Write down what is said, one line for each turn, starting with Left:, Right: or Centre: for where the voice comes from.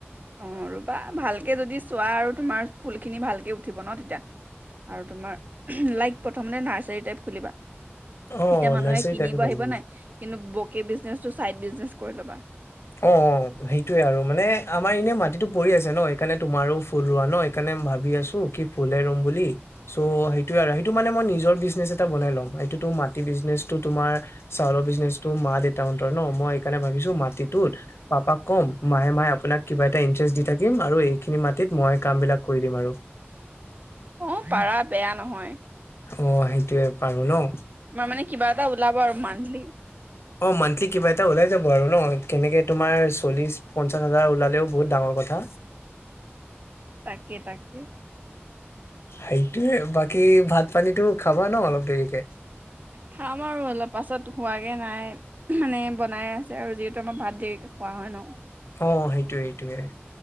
Right: অঁ ৰুবা ভালকে যদি চোৱা আৰু তোমাৰ ফুলখিনি ভালকৈ উঠিব ন তেতিয়া। আৰু তোমাৰ লাইক প্ৰথমতে নাৰ্চাৰী টাইপ খুলিবা
Left: অ
Right: তেতিয়া মানুহে
Left: নাৰ্চাৰী
Right: কিনিব
Left: টাইপে কৰিম
Right: আহিব নাই কিন্তু বকে বিজনেচটো চাইড বিজনেচ কৰি ল'বা
Left: অ সেইটোয়ে আৰু মানে আমাৰ এনে ম টো পৰি আছে ন সেইকাৰণে তুমাৰো ফুল ৰোৱা ন সেইকাৰণে ভাবি আছো কি ফুলে ৰুম বুলি চ' ইটোয়ে আৰু সেইটো মানে মই নিজৰ বিজনেচ এটা বনাই ল'ম এইটো মাটি বিজনেচো তোমাৰ চাউলৰ বিজনেচটো মা দেউতাহতৰ ন মই এইকাৰণে ভাবিচো মাটিটো পাপাক কম মাহে মাহে আপোনাক কিবা এটা ইণ্টাৰেষ্ট দি থাকিম আৰু এই খিনি মাটি মই কাম বিলাক কৰি দিম আৰু।
Right: অ পাৰা বেয়া নহয়
Left: অ সেইটোৱে পাৰো ন
Right: তোমাৰ মানে কিবা এটা ওলাব আৰু মান্থলি
Left: অ মান্থলি কিবা এটা ওলাই যাব আৰু ন কেনেক তুমাৰ চল্লিশ পঞ্চাশ হাজাৰ ওলালেও বহুত ডাঙৰ কথা
Right: তাকে তাকে
Left: সেইটো বাকী ভাত পানীটো খাবা ন অলপ দেৰিকে
Right: খাম আৰু অলপ পাছত হোৱাগে নাই মানে বনাই আছে আৰু যিহেতু আমাৰ ভাত দেৰিকে খোৱা হয় ন
Left: অ সেইটোৱে সেইটোয়ে